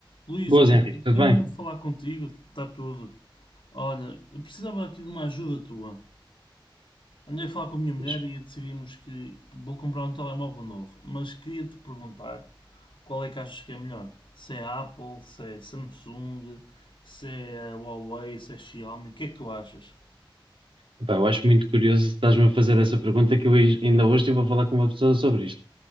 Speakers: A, on the left (about 70°); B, on the right (about 80°).
A: Luís,
B: Boas,
A: olha,
B: Henrique, tudo
A: queria
B: bem?
A: mesmo falar contigo, está tudo. Olha, eu precisava aqui de uma ajuda tua. Andei a falar com a minha mulher
B: Fixe.
A: e decidimos que vou comprar um telemóvel novo, mas queria-te perguntar qual é que achas que é melhor? Se é Apple, se é Samsung, se é Huawei, se é Xiaomi, o que é que tu achas?
B: Epá, eu acho muito curioso estás-me a fazer essa pergunta que eu hoje- ainda hoje estive a falar com uma pessoa sobre isto.